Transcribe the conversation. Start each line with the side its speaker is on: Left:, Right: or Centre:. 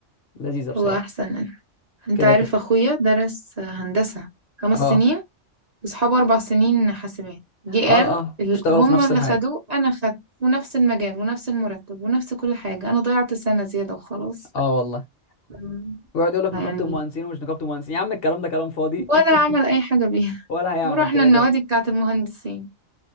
Left: لذيذه بصراحه
Right: هو احسن انت
Left: كده
Right: عارف
Left: كده
Right: اخويا درس هندسة خمس
Left: اه
Right: سنين واصحابه اربع سنين حاسبات جه قال
Left: اه اه
Right: ال-
Left: اشتغلوا
Right: هما
Left: في نفس
Right: اللي
Left: الحاجه
Right: خدوه انا خدت ونفس المجال ونفس المرتب ونفس كل حاجة انا ضيعت سنة زيادة وخلاص
Left: اه والله
Right: مم.
Left: ويقعد يقول لك
Right: يعني
Left: نقابه المهندسين ومش نقابه المهندسين يا عم الكلام ده كلام فاضي
Right: ولا
Left: <laughs>
Right: عمل اي حاجة بيها
Left: ولا هيعمل
Right: ورحنا
Left: كده
Right: النوادي
Left: كده
Right: بتاعت المهندسين